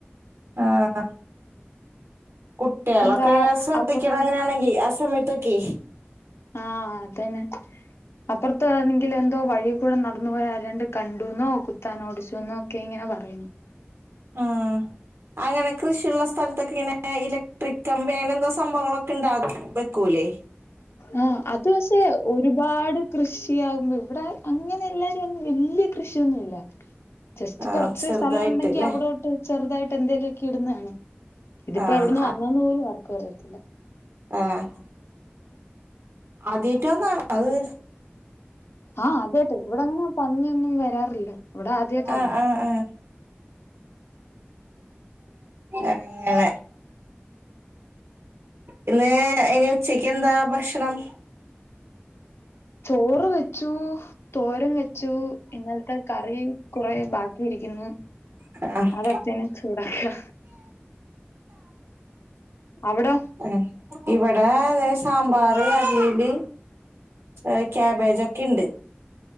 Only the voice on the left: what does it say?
എന്താ
അപ്പുറത്ത്
ആ അതെന്നെ അപ്പൊറത്താണെങ്കിൽ എന്തോ വഴി കൂടെ നടന്നു പോയ ആ രണ്ട് കണ്ടുന്നോ കുത്താനോടിച്ചുന്നോക്കെഇങ്ങനെ പറയുന്നു
ആ അത് പഷെ ഒരുപാട് കൃഷിയാകുമ്പോൾ ഇവിടെ അങ്ങനെ എല്ലാവരും വല്യരു കൃഷിയൊന്നുമില്ല. ജെസ്റ്റ്
കുറച്ച്
സ്ഥലം ഉണ്ടെങ്കിൽ
അവിടോട്ട് ചെറുതായിട്ട് എന്തേലുംക്കെ ഇടുന്നതാണ് ഇതിപ്പോ
എവിടന്ന് വന്നന്ന് പോലും ആർക്കും അറിയത്തില്ല.
ആഹ് അതേ കേട്ട് ഇവിടെ അങ്ങനെ പന്നിയൊന്നും വരാറില്ല. ഇവിടെ ആദ്യായിട്ടാ
വന്നെ
ചോറ് വെച്ചു, തോരൻ വെച്ചു, ഇന്നലത്തെ കറിം കുറെ ബാക്കി ഇരിക്കുന്നു.
അത് അട്ച്ചയ്ഞ്ഞാ ചൂടാ ഹാ അവിടൊ